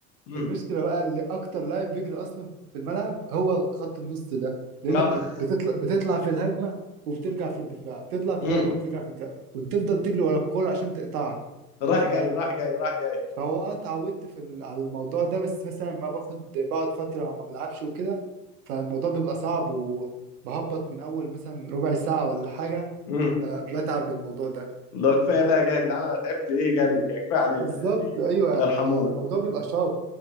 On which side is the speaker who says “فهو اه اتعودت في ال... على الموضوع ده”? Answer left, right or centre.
Right